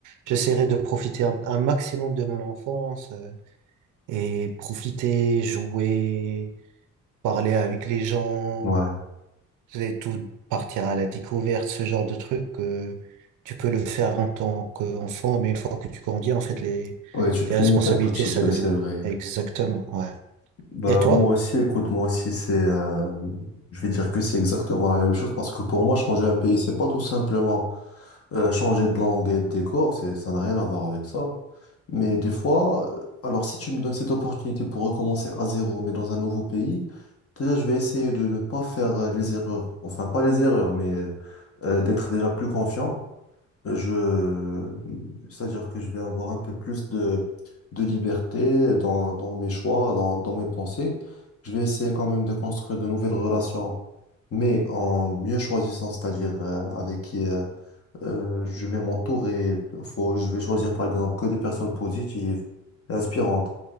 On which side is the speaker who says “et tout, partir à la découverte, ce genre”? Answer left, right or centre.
Right